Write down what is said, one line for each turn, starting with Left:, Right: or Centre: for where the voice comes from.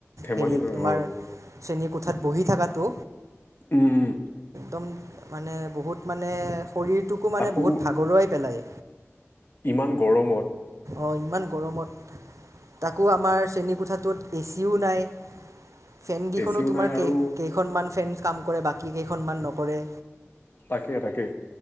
Left: ধেমালি
Right: হেৰি
Left: নহয়
Right: তোমাৰ
Left: অ
Right: শ্ৰেণীৰ কোঠাত বহি থকাটো।
Left: উম, উম।
Right: একদম মানে বহুত মানে শৰীৰটোকো মানে
Left: তাকো
Right: বহুত ভাগৰুৱাই পেলায়।
Left: ইমান গৰমত?
Right: অ' ইমান গৰমত। তাকো আমাৰ শ্ৰেণীকোঠাটোত এ চিও নাই। ফেন কেইখনো
Left: এচিও
Right: তোমাৰ
Left: নাই আৰু
Right: কেই কেইখনমান ফেন কাম কৰে। বাকী কেইখনমান নকৰে।
Left: তাকেই তাকে